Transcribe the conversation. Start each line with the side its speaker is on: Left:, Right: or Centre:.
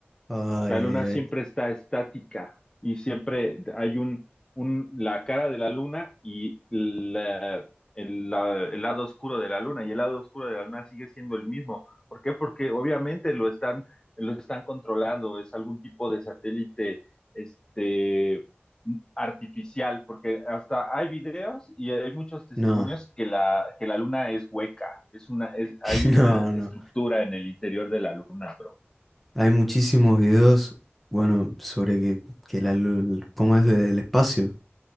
Centre: Ay,
Left: La luna
Centre: ay,
Left: siempre
Centre: ay.
Left: está estática y siempre hay un, un, la cara de la luna y la- el, la- el lado oscuro de la luna, y el lado oscuro de la luna sigue siendo el mismo. ¿Por qué? Porque obviamente lo están, lo están controlando, es algún tipo de satélite, este, artificial, porque hasta hay videos y hay muchos testimonios
Centre: No,
Left: que la, que la luna es hueca, es una, es, hay
Centre: <laughs> no,
Left: una estructura
Centre: no.
Left: en el interior de la luna, bro.
Centre: Hay muchísimos videos, bueno, sobre que, que la, lul- cómo es del espacio,